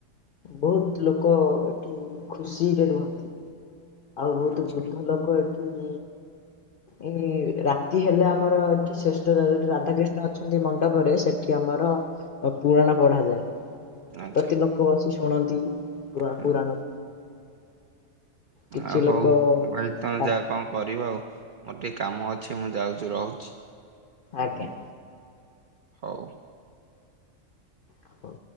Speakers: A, on the left; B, on the right.
A: ବହୁତ ଲୋକ ଏଠି ଖୁସିରେ ରୁହନ୍ତି। ଆଉ ବହୁତ
B: ଆଚ୍ଛା
A: ବୃଦ୍ଧ ଲୋକ ଏଠି ଏଇ ରାତି ହେଲେ ଆମର ଏଠି ଶ୍ରେଷ୍ଠ ଯ-ଯୋଉଠି ରାଧାକ୍ରିଷ୍ଣ ଅଛନ୍ତି ମଣ୍ଡପରେ ସେଠି ଆମର ଓ ପୁରାଣ ପଢାଯାଏ।
B: ଆଚ୍ଛା
A: ପ୍ରତି ଲୋକ ବସି ଶୁଣନ୍ତି ପୁରା
B: ହୁଁ
A: ପୁରାଣ। କିଛି
B: ଆ ହଉ
A: ଲୋକ
B: ଭାଇ ତୋମେ
A: ଆ
B: ଯା କଣ କରିବ ଆଉ। ମୋର ଟିକେ କାମ ଅଛି, ମୁଁ ଯାଉଚୁ, ରହୁଛି।
A: ଆଜ୍ଞା।
B: ହଉ।
A: ହଉ।